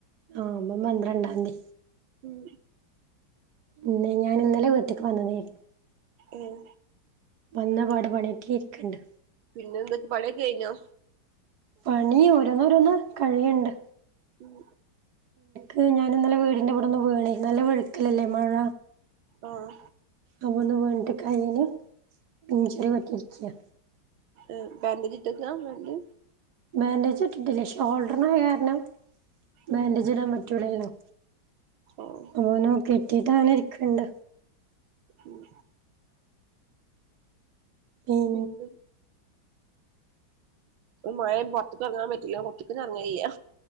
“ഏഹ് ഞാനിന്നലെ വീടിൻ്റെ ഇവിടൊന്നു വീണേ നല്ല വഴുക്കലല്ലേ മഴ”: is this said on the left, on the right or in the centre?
Right